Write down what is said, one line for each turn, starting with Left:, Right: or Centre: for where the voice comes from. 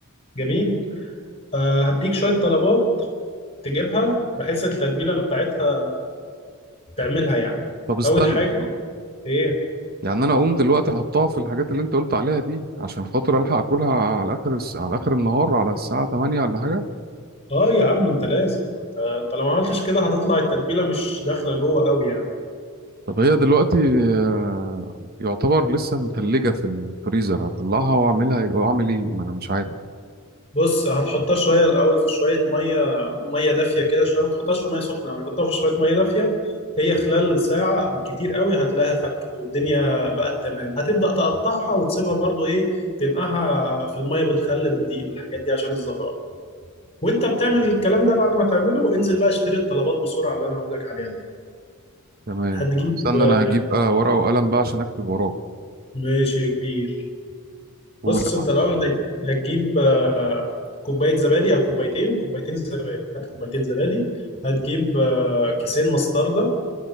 Left: جميل فهديك شوية طلبات تجيبها بحيث التتبيلة بتاعتها تعملها يعني
Right: طب استنى
Left: أول حاجة إيه؟
Right: يعني انا اقوم دلوقتي احطها في الحاجات اللي انت قلت عليها دي عشان خاطر الحق اكلها على اخر الس... على اخر النهار على الساعة 8 ولا حاجة
Left: آه يا عم أنت لازم أنت أنت لو ما عملتش كده هتطلع التتبيلة مش داخلة جوه أوي يعني
Right: طب هي دلوقتي آه، يعتبر لسه متلجة في الفريزر هطلعها واعملها واعمل ايه ما انا مش عارف
Left: بص هتحطها شوية الأول في شوية مية مية دافية كده شوية ما تحطهاش في مية سخنة أوي حطها في شوية مية دافية هي خلال ساعة بالكتير قوي هتلاقيها فكت والدنيا بقت تمام هتبدأ تقطعها وتسيبها برضو إيه تنقعها في المية بالخل بالدقيق بالحاجات دي عشان الزفرة وانت بتعمل الكلام ده بعد ما تعمله انزل بقى اشتري الطلبات بسرعه اللي انا هقول لك عليها دي
Right: تمام
Left: هتجيب
Right: استنى
Left: آه،
Right: انا هجيب آه ورقه وقلم بقى عشان اكتب وراك
Left: ماشي يا كبير
Right: قول
Left: بص
Right: يا
Left: انت
Right: معلم
Left: الاول هت- هتجيب آه، كوبايه زبادي او كوبايتين كوبايتين زبادي هات كوبايتين زبادي هتجيب آه، كيسين مستردة